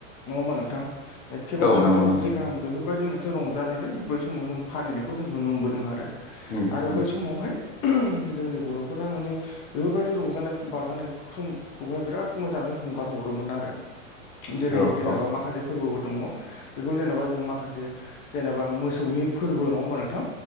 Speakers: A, on the left; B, on the left.
A: नङा ओमबा नोंथां? एखेबारे
B: औ
A: सप्ता
B: नंगौ नंगौ
A: खनसे
B: नोंथां
A: गाहाम बेफोरबायदि मोनसे रंजानानै बै समाव जों फालिनायखौ जों नुनो मोनबोदों आरो।
B: उम
A: आरो
B: उम
A: बै समावहाय जोंनि बर'फोरा माने। बेफोरबायदि रंजानाय बाजानाय समखौहाय बिराद मोजाङै हंगार हरोमोन आरो। जेरै
B: औ
A: जेनेबा
B: औ
A: माखासे फोरबोबो दङ बेखौ जेनेबा जों माखासे जेनेबा मोसौनि फोरबो नङा होमबा नोंथां।